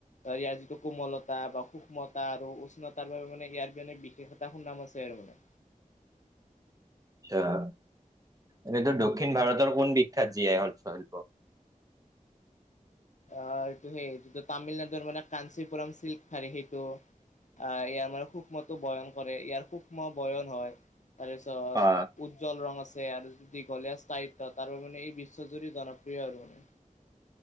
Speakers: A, on the left (about 60°); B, on the right (about 25°).
A: ইয়াৰ যিটো কোমলতা বা সূক্ষ্মতা আৰু উষ্ণ তাৰ বাবে মানে ইয়াৰ মানে বিশেষ এটা সুনাম আছে আৰু মানে।
B: এয়া, এনেইতো দক্ষিণ ভাৰতৰ কোন বিখ্যাত জী আই অল্প শিল্প?
A: আঁ, এইটো সেই যিটো তামিলনাডুৰ মানে কাঞ্চিপুৰম চিল্ক শাৰী সেইটো, আহ এই আমাৰ সূক্ষ্মতটো বয়ন কৰে, ইয়াৰ সূক্ষ্ম বয়ন হয়। আৰু চহৰত।
B: অ
A: উজ্জ্বল ৰং আছে আৰু দীঘলীয়া স্থায়িত্ব তাৰ সলনি এই বিশ্বজুৰি জনপ্ৰিয় আৰু মানে